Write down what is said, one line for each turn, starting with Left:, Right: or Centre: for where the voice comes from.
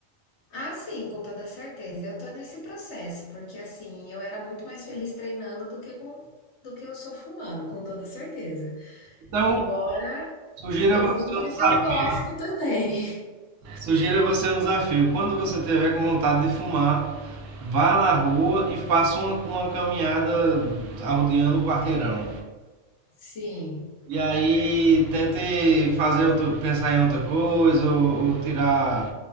Left: Ah, sim, com toda certeza. Eu tô nesse processo, porque assim, eu era muito mais feliz treinando do que com do que eu sou fumando, com toda certeza.
Right: Então,
Left: Embora
Right: sugiro
Left: eu
Right: a você
Left: fume
Right: um
Left: porque
Right: desafio,
Left: eu gosto também.
Right: sugiro a você um desafio. Quando você tiver com vontade de fumar, vá na rua e faça uma, uma caminhada rodeando o quarteirão.
Left: <laughs> Sim.
Right: E aí tente fazer outro, pensar em outra coisa ou, ou tirar